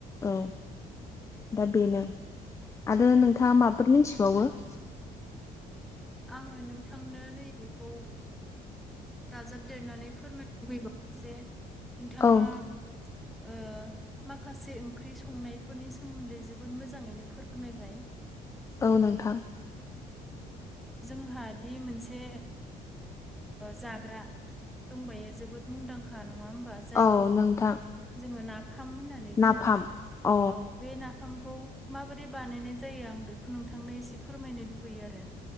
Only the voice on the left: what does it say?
औ दा बेनो आरो नोंथाङा माबफोर मिथिबावो ।
औ
औ नोंथां ।
औ नोंथां
नाफाम
अ